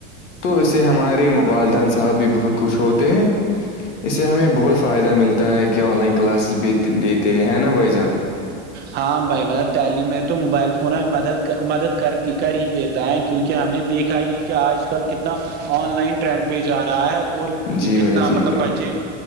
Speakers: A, on the left; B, on the right.
A: تو اس سے ہمارے والدین صاحب بھی بہت کچھ ہوتے ہیں اس سے ہمیں بہت فائدہ ملتا ہے کہ آن لائن کلاسز بھی دیتے ہیں نا بھائی جان
B: ہاں بھائی مطلب تعلیم میں تو موبائل فونج مدد مدد کرتی کر ہی دیتا ہے کیونکہ ہم نے دیکھا یہ ہے کہ آج کل کتنا آن لائن ٹرینڈ پہ جا رہا ہے اور
A: جی
B: کتنا
A: بھائی
B: مطلب
A: جی بھائی
B: بچے